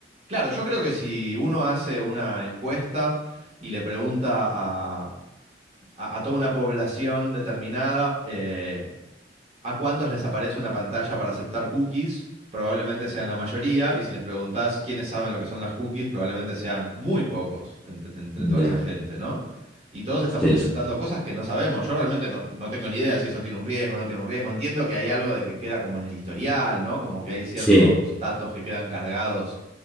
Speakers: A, on the right (about 35°); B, in the centre.
A: Claro, yo creo que si uno hace una encuesta y le pregunta a, a toda una población determinada, eh, a cuántos les aparece una pantalla para aceptar cookies, probablemente sean la mayoría, y si les preguntás quiénes saben lo que son las cookies, probablemente sean muy pocos entre, entre
B: Ya,
A: toda esa gente, ¿no? Y todos estamos
B: sí,
A: aceptando
B: sí.
A: cosas que no sabemos. Yo realmente no, no tengo ni idea si eso tiene un riesgo o no tiene un riesgo. Entiendo que hay algo de que queda como en el historial, ¿no? Como que hay ciertos
B: Sí,
A: datos que quedan cargados,